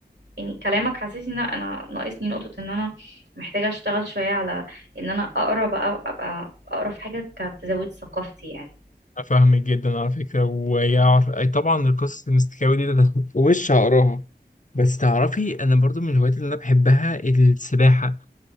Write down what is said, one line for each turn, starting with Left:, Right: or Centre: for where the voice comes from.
Right: يعني كلامك حسسني ان انا ناقصني نقطه ان انا محتاجه اشتغل شويه على ان انا اقرا بقى ابقى اقرا في حاجه كانت تزود ثقافتي يعني
Left: أنا فاهمك جدا على فكرة ويعرف أي طبعا القصص المستكاوي دي ده وش هقراها بس تعرفي أنا برضو من الهوايات اللي أنا بحبها السباحة